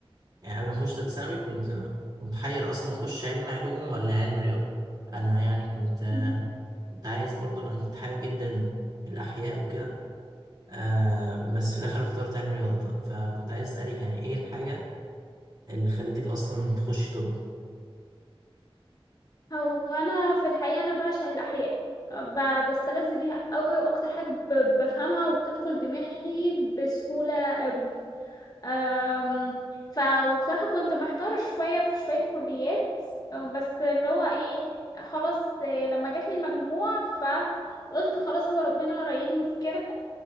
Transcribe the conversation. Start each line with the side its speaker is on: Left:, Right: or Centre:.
Right: يعني قبل ما اخش ثالث ثانوي كنت متحير اصلا اخش علم علوم ولا علم رياضه انا يعني كنت آه
Left: مم،
Right: كنت عايز برضو انا كنت حابب جدا الاحياء وكده آه بس في الاخر اخترت علم رياضه فكنت عايز اسالك يعني ايه الحاجه اللي خلتك اصلا تخشي طب
Left: هو انا في الحقيقه انا بعشق الاحياء ب- بستلذ بيها قوي واكتر حاجه ب- بفهمها وبتدخل دماغي بسهوله قوي أم، ف وبصراحه كنت محتاره شويه في شويه كليات أه، بس اللي هو ايه خلاص أه، لما جات لي المجموعه فقلت خلاص هو ربنا رايدني في كده